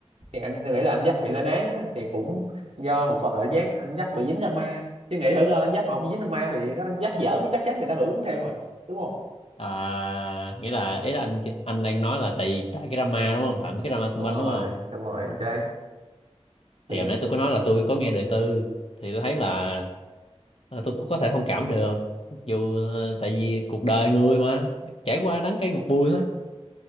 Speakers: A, on the right (about 75°); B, on the left (about 60°).
A: thì anh nghĩ là anh dắt bị lên án á, thì cũng do một phần là anh dắt anh dắt bị dính drama chứ nghĩ thử coi anh dắt mà không dính drama thì nó anh dắt giỡn chắc chắn người ta hưởng theo rồi đúng không
B: à nghĩa là ý là anh anh đang nói là tại tại cái drama đúng không tại mấy cái drama xung
A: đúng rồi
B: quanh đúng không
A: đúng rồi anh trai ừ.
B: thì hồi nãy tôi có nói là tôi có nghe đời tư thì tôi thấy là, là tôi cũng có thể thông cảm được Mặc dù ờ, tại vì cuộc đời người mà trải qua đắng cay ngọt bùi thôi